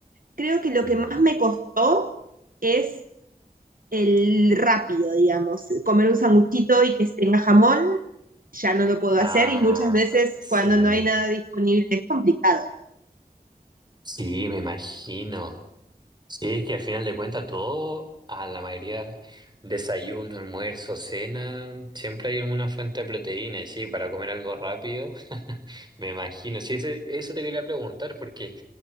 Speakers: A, on the right (about 60°); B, on the right (about 25°).
A: Creo que lo
B: Mm.
A: que más me costó es el rápido, digamos, comer un sanguchito y que tenga jamón ya no lo puedo hacer
B: Ah,
A: y muchas veces
B: sí.
A: cuando no hay nada disponible es complicado.
B: Sí, me imagino. Sí, es que al final de cuentas todo, a la mayoría, desayuno, almuerzo, cena, siempre hay alguna fuente de proteína, y sí, para comer algo rápido, <laughs> me imagino. Sí, ese- eso te quería preguntar, porque